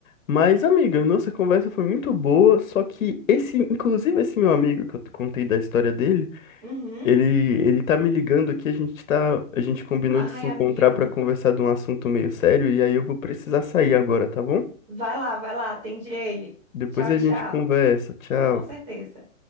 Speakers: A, on the left; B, on the right.
A: Mas, amiga, nossa conversa foi muito boa, só que esse, inclusive esse meu amigo que eu te contei da história dele,
B: uhum.
A: ele, ele tá me ligando aqui, a gente tá, a gente combinou de
B: Ai,
A: se encontrar
B: amigo,
A: para conversar de um assunto meio sério, e aí eu vou precisar sair agora, tá bom?
B: vai lá, vai lá, atende ele.
A: Depois
B: Tchau,
A: a
B: tchau.
A: gente conversa. Tchau.
B: Com certeza.